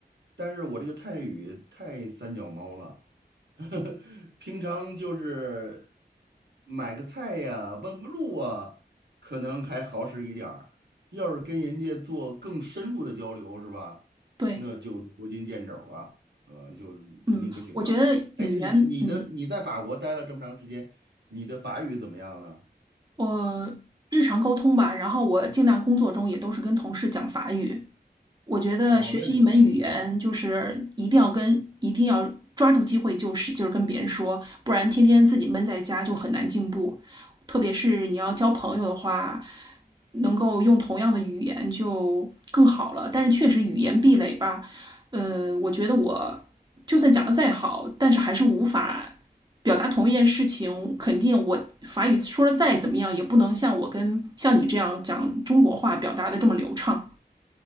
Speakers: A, on the right; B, on the right.
A: 但是我这个泰语太三脚猫了。<laughs> 平常就是买个菜呀，问个路啊，可能还好使一点儿。要是跟人家做更深入的交流，是吧？
B: 对，
A: 那就捉襟见肘了，呃，就肯定不行了。
B: 嗯，我觉得语言，
A: 哎，你你的你在法国待了这么长时间，
B: 嗯，
A: 你的法语怎么样呢？
B: 我日常沟通吧，然后我尽量工作中也都是跟同事讲法语，我觉得学习一门语言，
A: 哦，那你还不错
B: 就是一定要跟一定要抓住机会，就是就是跟别人说，不然天天自己闷在家就很难进步。特别是你要交朋友的话，能够用同样的语言就更好了。但是确实语言壁垒吧，呃，我觉得我就算讲的再好，但是还是无法表达同一件事情。肯定我法语说的再怎么样，也不能像我跟像你这样讲中国话表达的这么流畅。